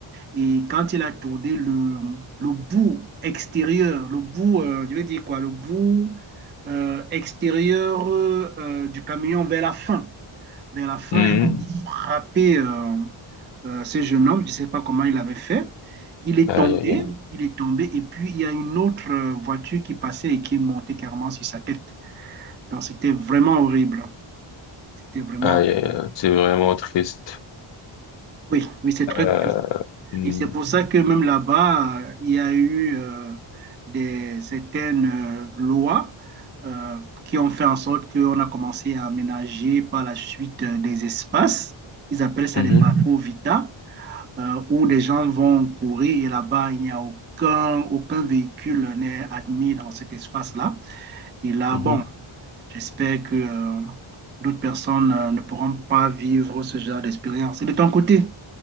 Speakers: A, on the right; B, on the left.
A: Et quand il a tourné, le, le bout extérieur, le bout, euh, je veux dire quoi, le bout euh, extérieur euh, euh, du camion vers la fin vers la fin,
B: Mhm.
A: il a frappé euh, euh, ce jeune homme, je ne sais pas comment il avait fait. Il est
B: Aïe,
A: tombé,
B: aïe, aïe.
A: il est tombé, et puis il y a une autre euh, voiture qui passait et qui est montée carrément sur sa tête. Donc c'était vraiment horrible. C'était vraiment.
B: Aïe, aïe, aïe. C'est vraiment triste.
A: Oui, oui, c'est très
B: Euh,
A: triste.
B: mhm.
A: Et c'est pour ça que même là-bas, euh, il y a eu euh, des, certaines euh, lois euh, qui ont fait en sorte qu'on a commencé à aménager par la suite euh, des espaces. Ils appellent ça
B: Mhm.
A: des parcours vita euh, où des gens vont courir et là-bas, il n'y a aucun, aucun véhicule n'est admis dans cet espace-là. Et là,
B: Mhm.
A: bon, j'espère que euh, d'autres personnes euh, ne pourront pas vivre ce genre d'expérience. Et de ton côté,